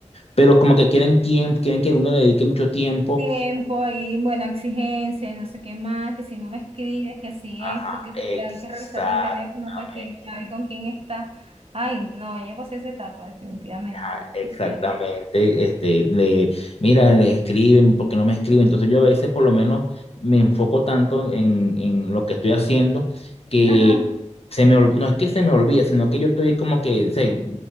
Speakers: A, on the left; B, on the right.
A: pero como que quieren tiempo, quieren que uno le dedique mucho tiempo.
B: tiempo y buena exigencia y no sé qué más, que si no me escribes, que si
A: Ajá,
B: esto, que
A: exactamente,
B: hay que revisarte el teléfono para que a ver con quién está. Ay, no, ya pasé esa etapa, definitivamente.
A: ajá, exactamente.
B: Bueno.
A: Este, le, mira, le escriben, porque no me escriben? Entonces yo a veces por lo menos me enfoco tanto en, en lo que estoy haciendo que
B: Ajá.
A: se me, ol- no es que se me olvida, sino que yo estoy como que, sé,